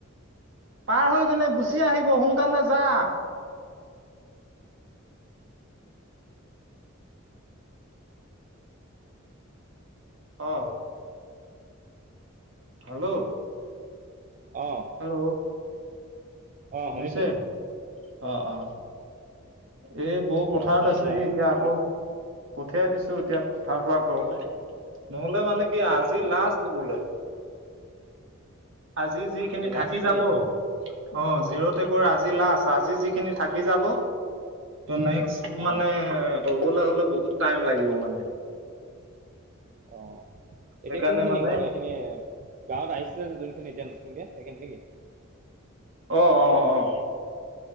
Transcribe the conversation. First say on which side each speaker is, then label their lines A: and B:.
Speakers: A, on the right; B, on the right.
A: পাৰ হৈ কিনে গুচি আহিব সোনকালে যা। অহঁ। হেল্ল'।
B: অ।
A: হেল্ল'
B: অ
A: শুনিছে
B: শুনিছো।
A: অ অ এই বৌ পথাৰত
B: অঁ আচ্ছা
A: আছেহি এতিয়া
B: ঘৰলৈ
A: আকৌ। পঠিয়াই দিছো এতিয়া পথাৰ পৰা ঘৰলে নহলে মানে কি আজি
B: অঁ অঁ
A: লাষ্ট বোলে। আজি যিখিনি
B: লাষ্ট
A: থাকি
B: নেকি
A: যাব। অ জিৰ' টেকৰ আজি লাষ্ট আজি যিখিনি থাকি যাব। ত নেক্স মানে
B: অঁ
A: হবলে হলে বহুত টাইম লাগিব মানে।
B: অ।
A: সেইকাৰণে
B: এতিয়া কোন খিনি
A: মানে
B: ঘৰ এইখিনি গাঁৱত আহিছিলে যে যোনখিনি এতিয়া নতুনকে। সেই কে নিকি।
A: অহ অ অ।